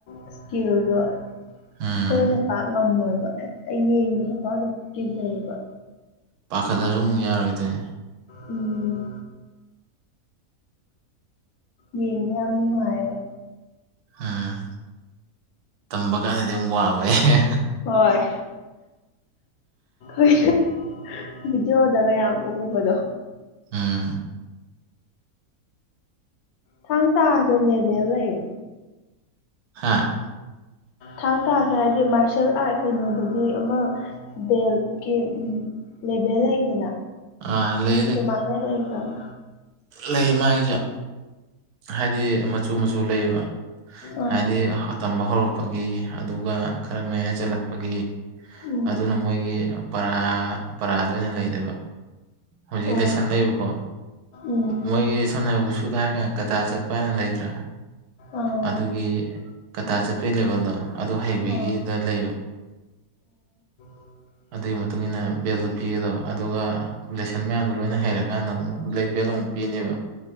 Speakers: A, on the left; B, on the right.
A: ꯏꯁꯀꯤꯜꯗꯣ ꯑꯩꯈꯣꯏꯅ
B: ꯎꯝ
A: ꯄꯥꯛ ꯉꯝꯃꯣꯏꯕ ꯌꯦꯡꯕꯗ ꯐꯥꯎ ꯑꯗꯨꯝ ꯆꯤꯖꯩꯌꯦꯕ
B: ꯄꯥꯈꯠꯠꯇꯁꯨ ꯑꯃꯨꯛ ꯌꯥꯔꯣꯏꯗꯣꯏꯅꯦ
A: ꯎꯝ ꯌꯦꯅ ꯌꯥꯝ ꯅꯨꯡꯉꯥꯏꯕ
B: ꯎꯝ ꯇꯝꯕ ꯀꯥꯟꯗꯗꯤ ꯑꯃꯝꯛ ꯋꯥꯕ ꯑꯩ
A: ꯍꯣꯏ ꯣꯏ ꯚꯕꯤꯗꯤꯑꯣꯗꯒ ꯌꯥꯝ ꯎꯕꯗꯣ
B: ꯎꯝ
A: ꯊꯥꯡ ꯇꯥꯥꯁꯦ ꯂꯦꯕꯦꯜ ꯂꯩ
B: ꯍꯥꯥ
A: ꯊꯥꯡ ꯇꯥꯥꯁ ꯍꯥꯏꯗꯤ ꯃꯥꯔꯁꯌꯦꯦꯜ ꯑꯥꯔꯠ ꯀꯩꯅꯣꯗꯗꯤ ꯑꯃ ꯕꯦꯜꯀꯤ ꯂꯦꯚꯦꯜ ꯂꯩꯗꯅ
B: ꯑꯥ ꯂꯩ
A: ꯑꯗꯨꯃꯥꯏꯅ
B: ꯂꯩ
A: ꯂꯩꯈ꯭ꯔꯕ
B: ꯂꯩ ꯃꯥꯥꯏꯒꯤꯁꯨꯦ ꯍꯥꯏꯗꯤ ꯃꯆꯨ ꯃꯆꯨ ꯂꯩꯌꯦꯕ
A: ꯑꯥ
B: ꯍꯥꯏꯗꯤ ꯇꯝꯕ ꯍꯧꯔꯛꯄꯒꯤ ꯑꯗꯨꯒ ꯈꯔ ꯃꯌꯥꯏ ꯆꯜꯂꯛꯄꯒꯤ
A: ꯎꯝ
B: ꯑꯗꯨꯅ ꯃꯣꯏꯒꯤ ꯄꯔꯥ ꯄꯔꯥꯗ ꯑꯣꯏꯅ ꯂꯩꯗꯣꯏꯕ ꯍꯧꯖꯤꯛ
A: ꯑꯣ
B: ꯂꯩꯁꯟ ꯂꯩꯕꯀꯣ
A: ꯎꯝ
B: ꯃꯣꯏꯒꯤ ꯁꯣꯝꯅ ꯋꯁꯨꯗ ꯍꯥꯏꯔ ꯀꯥꯟꯗ ꯀꯊ ꯆꯠꯄ ꯍꯥꯏꯅ ꯂꯩꯇ꯭ꯔꯥ
A: ꯑꯥ
B: ꯑꯗꯨꯒꯤ ꯀꯇꯥ ꯆꯠꯄꯒꯤ ꯂꯦꯕꯦꯜꯗꯣ ꯑꯗꯨ ꯍꯩꯕꯒꯤꯗ
A: ꯑꯣ
B: ꯂꯩꯕ
A: <inaudible>
B: ꯑꯗꯨꯒꯤ ꯃꯇꯨꯡ ꯏꯟꯅ ꯕꯦꯜꯗꯣ ꯄꯤꯒꯗꯕ ꯑꯗꯨꯒ ꯂꯦꯁꯟ ꯃꯌꯥꯝꯗꯨꯣ ꯂꯣꯏꯅ ꯍꯩꯔꯀꯥꯟꯗ ꯑꯃꯨꯛ ꯕ꯭ꯂꯦꯛ ꯂ ꯄꯤꯅꯦꯕ